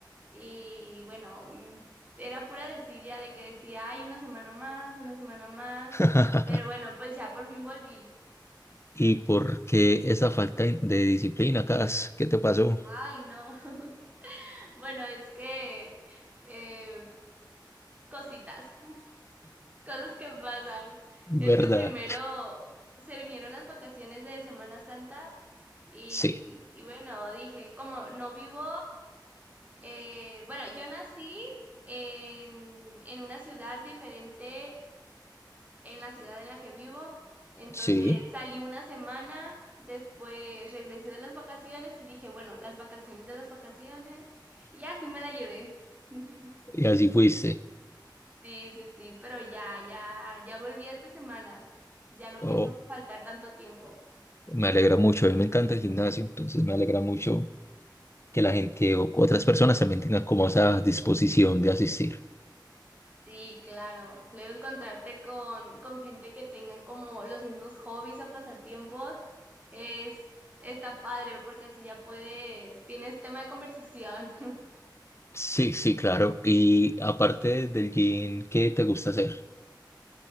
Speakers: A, on the right; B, on the left.
A: y bueno, mm, era pura desidia de que decía, ay, una semana más, una semana más,
B: <laughs>
A: pero bueno, pues ya por fin volví.
B: ¿Y por qué esa falta de disciplina, Cas? ¿Qué te pasó?
A: Ay, no. <laughs> Bueno, es que... eh, cositas. Cosas que pasan. Es
B: ¿Verdad?
A: que primero se vinieron las vacaciones de Semana Santa y,
B: Sí,
A: y bueno, dije, como no vivo, eh, bueno, yo nací en, en una ciudad diferente en la ciudad en la que vivo, entonces
B: sí,
A: salí una semana, después regresé de las vacaciones y dije, bueno, las vacaciones de las vacaciones y así me la llevé. <laughs>
B: y así fuiste.
A: Sí, sí, sí, pero ya, ya, ya volví esta semana. Ya no
B: Oh,
A: pienso faltar tanto tiempo.
B: me alegra mucho, a mí me encanta el gimnasio, entonces me alegra mucho que la gente, o- otras personas también tengan como esa disposición de asistir.
A: Sí, claro. Luego encontrarte con, con gente que tengan como los mismos hobbies o pasatiempos es, está padre porque así ya puedes, tienes tema de conversación. <laughs>
B: Sí, sí, claro. Y aparte del gym, ¿qué te gusta hacer?